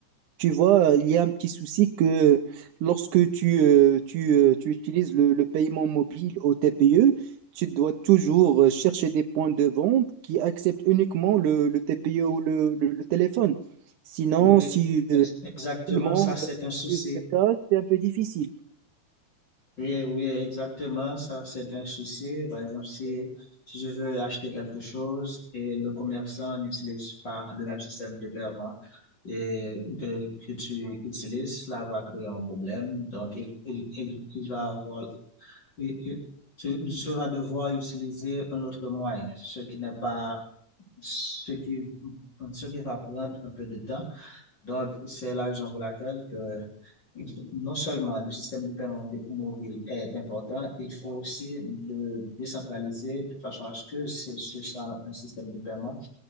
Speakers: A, on the right; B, on the left.
A: tu vois, il y a un petit souci que lorsque tu, euh, tu, euh, tu utilises le, le paiement mobile au TPE, tu dois toujours euh, chercher des points de vente qui acceptent uniquement le, le TPE ou le, le- le téléphone. Sinon,
B: Oui,
A: si, euh,
B: ex- exactement,
A: le monde
B: ça, c'est un souci.
A: use le cash, c'est un peu difficile.
B: Oui, oui, exactement, ça, c'est un souci. Par exemple, si, si je veux acheter quelque chose et le commerçant n'utilise pas le même système de paiement et que, que tu utilises, cela va créer un problème. Donc, il, il, il, il va avoir, il- il- tu, tu vas devoir utiliser un autre moyen, ce qui n'est pas ce qui, ce qui va prendre un peu de temps. Donc, c'est la raison pour laquelle que non seulement le système de paiement mobile est important, il faut aussi le décentraliser de façon à ce que ce, ce soit un système de paiement